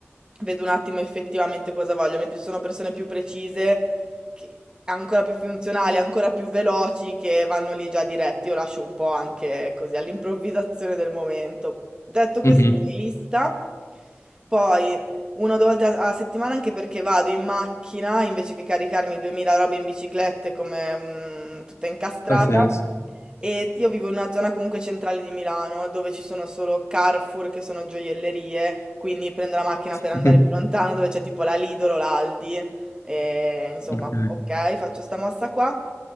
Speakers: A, on the right; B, on the left.
A: vedo un attimo effettivamente cosa voglio, mentre ci sono persone più precise, che- ancora più funzionali, ancora più veloci, che vanno lì già diretti. Io lascio un po' anche così all'improvvisazione del momento. Detto questo,
B: Mhm.
A: mi lista. Poi una o due volte a, a settimana anche perché vado in macchina invece che caricarmi 2000 robe in biciclette come mm, tutta incastrata.
B: Ha senso.
A: E io vivo in una zona comunque centrale di Milano, dove ci sono solo Carrefour, che sono gioiellerie, quindi prendo la macchina per andare
B: <laughs>
A: più lontano, dove c'è tipo la Lidl o l'Aldi. E, insomma,
B: Ok.
A: ok, faccio sta mossa qua.